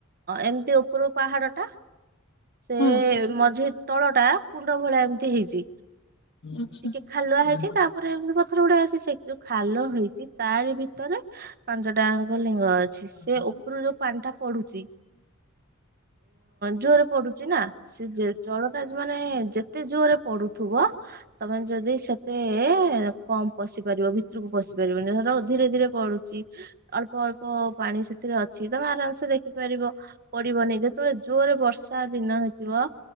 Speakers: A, on the right; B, on the left.
A: ଏମିତି ଉପରୁ ପାହାଡ ଟା ସେ
B: ହଁ
A: ମଝି ତଳ ଟା କୁଣ୍ଡ ଭଳିଆ ଏମିତି ହେଇଛି।
B: ଆଚ୍ଛା।
A: ଟିକେ ଖାଲୁଆ ହେଇଛି
B: ହଁ
A: ତାପରେ ଏମିତି। ପାଖ ରେ ଯୋଉଟା ଅଛି ସେ ଯୋଉ ଖାଲ ହେଇଛି ତାରି ଭିତରେ ପାଞ୍ଚଟାଙ୍କ ଲିଙ୍ଗ ଅଛି ସେ
B: ହୁଁ।
A: ଉପରୁ ଯୋଉ ପାଣି ଟା ପଡୁଛି ଜୋରରେ ପଡୁଛି ନା ସେ ଜଳଟା ମାନେ ଯେତେ ଜୋରରେ ପଡୁ। ଥିବ ତମେ ଯଦି ସେତେ କମ୍ ପଶି ପାରିବ ଭିତରେ। ଭିତର କୁ ପଶି ପାରିବନି ଧର। ଧୀରେ ଧୀରେ ପଡୁଛି। ଅଳ୍ପ ଅଳ୍ପ ପାଣି ସେ ସେଥିରେ ଅଛି ତମେ ଆରାମସେ ଦେଖିପାରିବ ପଡିବନି ଯେତେବେଳେ ଜୋରରେ ବର୍ଷା ଦିନ ହେଇଥିବ